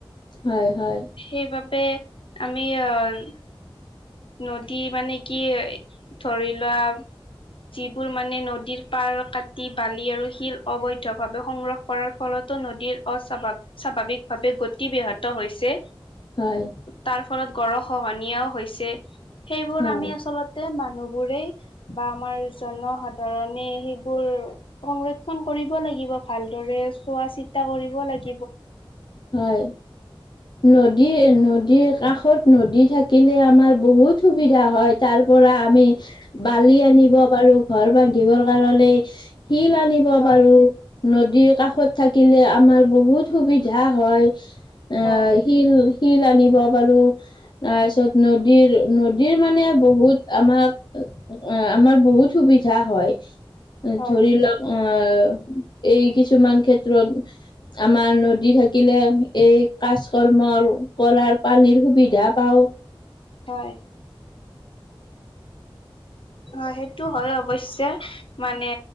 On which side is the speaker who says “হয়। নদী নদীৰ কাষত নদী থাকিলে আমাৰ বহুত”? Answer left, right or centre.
Left